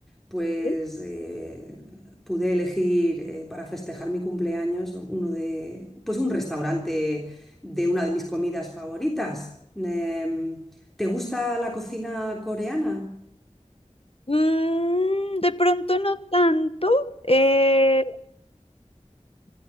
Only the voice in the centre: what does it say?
pues
eh, pude elegir eh, para festejar mi cumpleaños uno de, pues un restaurante de una de mis comidas favoritas. Em, ¿te gusta la cocina coreana?